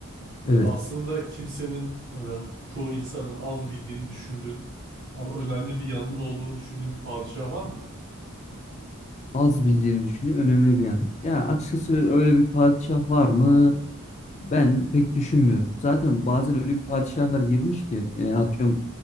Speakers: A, on the right; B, on the left.
A: Böyle
B: Evet.
A: aslında kimsenin ya da çoğu insanın az bildiğini düşündüğün ama önemli bir yanının olduğunu düşündüğün bir padişah var mı?
B: Az bildiğini düşünüyor. Önemli bir yana. Ya
A: Hı
B: açıkçası
A: hı.
B: öyle bir padişah var mı? Ben pek düşünmüyorum. Zaten
A: Hı
B: bazen öyle bir padişahlar girmiş ki e, atıyorum